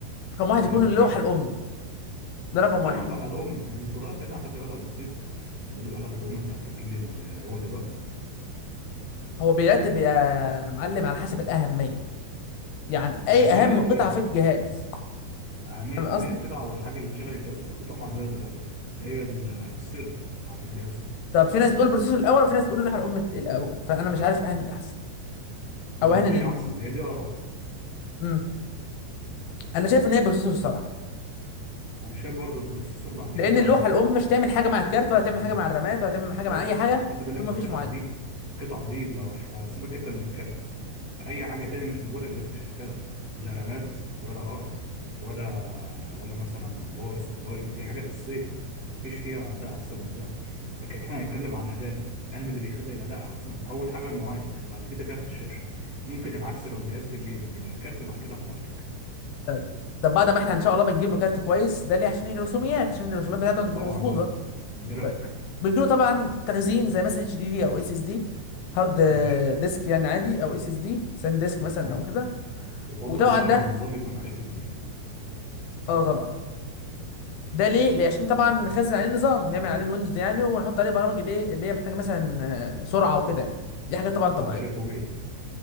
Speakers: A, on the left; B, on the right.
A: رقم واحد
B: يقول
A: يكون
B: لك الكارت
A: اللوحه الام ده رقم
B: لا
A: واحد
B: من لوحة الأم الفروقات بينها خلي بالك بسيطة بين لوحات الأم بتاعت الجيل اللي هو دلوقتي
A: هو بيرتب يا معلم على حسب الاهميه يعني اي
B: أهمية
A: اهم
B: إيه؟
A: قطعه في الجهاز
B: أهمية
A: فاهم قصدي
B: أهمية القطعة والحاجة اللي تشغل الجهاز كله طبعا هي اللوحة الأم هي ال- السنتر بتاعت الجهاز كله
A: طب في ناس بتقول البروسيسور الاول وفي ناس بتقول اللوحه الام الت- الاول فانا مش عارف اهن الاحسن
B: هو
A: او اهن
B: مفيش
A: ال... ال-
B: أحسن هي دي آراء
A: امم انا شايف ان هي بروسيسور الصراحه
B: أنا شايف برضه البروسيسور بعد
A: لان
B: كده
A: اللوحه الام مش تعمل حاجه مع الكارت ولا
B: اللوحة
A: تعمل حاجه
B: الأم
A: مع الرامات ولا تعمل حاجه
B: بص
A: مع اي
B: هو
A: حاجه
B: خلي بالك
A: طول ما
B: القطعة
A: فيش معالج
B: دي القطعة دي لو إحنا سيبك أنت من الكارت اي حاجه تانية مش موجوده الجهاز مش هيشتغل لا رامات ولا هارد ولا ولا مثلا باور سبلاي دي حاجه الاساسيه مفيش فيها اداء احسن من ده لكن احنا هنتكلم على الاداء يعني اللي بيخلي الاداء احسن اول حاجه المعالج بعد كده كارت الشاشه ممكن العكس لو جهاز للجيمنج يبقى الكارت بعد كده معالج
A: طيب طب بعد ما احنا ان شاء الله بنجيب له كارت كويس ده ليه عشان الرسوميات عشان الرسوميات بتاعته تبقى
B: طبعا
A: مظبوطه
B: اه جرافيك
A: طيب بيجي له طبعا تخزين زي مثلا اتش دي دي او اس اس دي هارد
B: ماشي
A: ديسك يعني عادي او اس اس دي ساند ديسك مثلا
B: طبعا
A: او كده
B: يفضل
A: وطبعا
B: طبعا
A: ده
B: إن النظام يكون على الاس اس دي سيستم
A: اه طبعا ده ليه ليه عشان طبعا نخزن عليه نظام نعمل عليه الويندوز يعني ونحط عليه برامج الايه اللي هي محتاجه مثلا آه، سرعه وكده يعني دي حاجه طبعا
B: اه
A: طبيعيه
B: شيء طبيعي